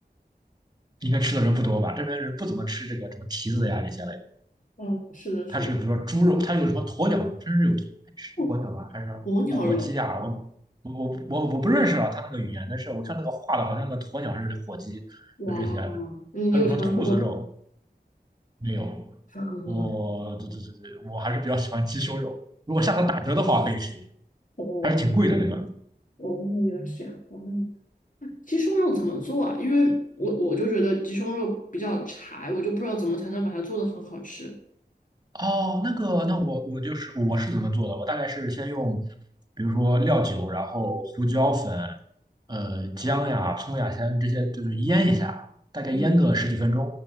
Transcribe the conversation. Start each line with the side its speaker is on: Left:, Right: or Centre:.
Right: 应该吃的人不多吧。这边人不怎么吃这个什么蹄子呀这些类的，
Left: 嗯，是的，是的，
Right: 它是比如说猪肉，它有什么鸵鸟肉，甚至有
Left: 哦，
Right: 鸵鸟吧，还是火鸡呀？
Left: 鸵鸟肉，
Right: 我我我我不认识啊，它那个语言，但是我看那个画的好像个鸵鸟还是火鸡，
Left: 哇，
Right: 就这些。
Left: 你有尝试过吗？
Right: 还有什么兔子肉没有？
Left: <laughs> 尝试过
Right: 我这这这这，我还是比较喜欢鸡胸肉。如果下次打折的话，
Left: <laughs>
Right: 可以试一试，
Left: 哦
Right: 还是挺贵的那个。
Left: 哦，原来是这样。哦，鸡胸肉怎么做啊？因为我我就觉得鸡胸肉比较柴，我就不知道怎么才能把它做的很好吃。
Right: 哦，那个，那我我就是我是怎么做的？我大概是先用，比如说料酒，然后胡椒粉，呃，姜呀、葱呀，先这些就是腌一下，大概腌个十几分钟
Left: 嗯，